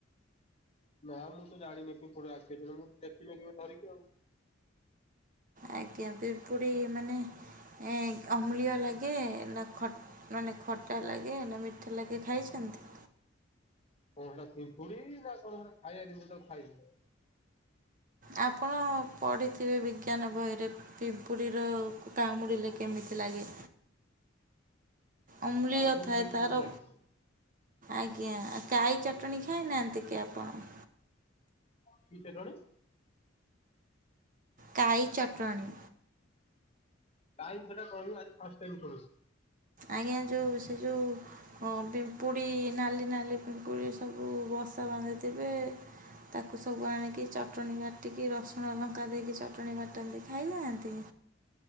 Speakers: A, on the left; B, on the right.
A: ନା ମୁଁ ତ ଜାଣିନି ପିମ୍ପୁଡ଼ି ର ଆଖି ଅଛି ନା, ମୁଁ ଦେଖିନି କେବେ ଧରିକି ଆଉ।
B: ଆଜ୍ଞା ପିମ୍ପୁଡ଼ି ମାନେ ଏଁ, ଅମ୍ଳୀୟ ଲାଗେ ନା ଖ ମାନେ ଖଟା ଲାଗେ ନା ମିଠା ଲାଗେ ଖାଇଛନ୍ତି?
A: କଣ ସେଟା ପିମ୍ପୁଡି ନା କଣ ସେଟା ଖାଇବା ଜିନିଷ ତାକୁ ଖାଇବି?
B: ଆପଣ ପଢ଼ିଥିବେ ବିଜ୍ଞାନ ବହିରେ। ପିମ୍ପୁଡ଼ିର କାମୁଡ଼ିଲେ କେମିତି ଲାଗେ। ଅମ୍ଲୀୟ
A: କାମୁଡିଲେ
B: ଥାଏ ତାର
A: କେମିତି ଲାଗେ।
B: ଆଜ୍ଞା କାଈ ଚଟଣି ଖାଇନାହାନ୍ତି କି ଆପଣ?
A: କି ଚଟଣି?
B: କାଈ ଚଟଣୀ।
A: କାଈ ସେଟା କଣି ଆଜି ଫାଷ୍ଟ ଟାଇମ୍ ଶୁଣୁଛି।
B: ଆଜ୍ଞା ଯୋଉ ସେ ଯୋଉ ହଁ ପିମ୍ପୁଡ଼ି ନାଲି ନାଲି ପିମ୍ପୁଡ଼ି ସବୁ ବସା ବାନ୍ଧିଥିବେ। ତାକୁ ସବୁ ଆଣିକି ଚଟଣି ବାଟିକି ରସୁଣ ଲଙ୍କା ଦେଇକି ଚଟଣି ବାଟନ୍ତି ଖାଇନାହାନ୍ତି?